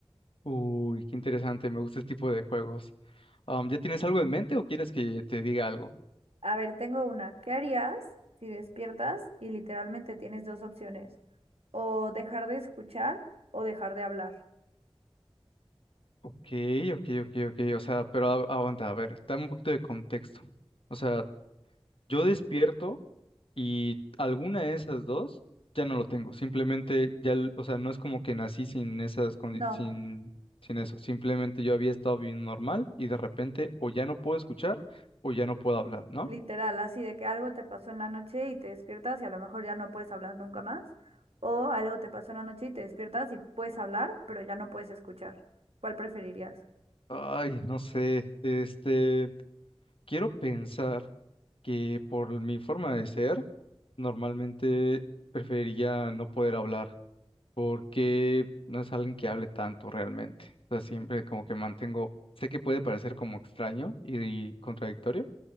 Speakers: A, on the left; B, on the right.
A: Uy, qué interesante, me gusta este tipo de juegos. Am, ¿ya tienes algo en mente o quieres que te diga algo?
B: A ver, tengo una. ¿Qué harías si despiertas y literalmente tienes dos opciones? O dejar de escuchar o dejar de hablar.
A: Ok, ok, ok, ok. O sea, pero a- aguanta, a ver, dame un poquito de contexto. O sea, yo despierto y alguna de esas dos ya no lo tengo. Simplemente ya, l- o sea, no es como que nací sin esas, condi-
B: No.
A: sin, sin eso. Simplemente yo había estado bien normal y de repente o ya no puedo escuchar o ya no puedo hablar, ¿no?
B: Literal, así de que algo te pasó en la noche y te despiertas y a lo mejor ya no puedes hablar nunca más. O algo te pasó en la noche y te despiertas y puedes hablar, pero ya no puedes escuchar. ¿Cuál preferirías?
A: Ay, no sé, este, quiero pensar que por mi forma de ser, normalmente preferiría no poder hablar, porque no es alguien que hable tanto realmente. O sea, siempre como que mantengo, sé que puede parecer como extraño y contradictorio,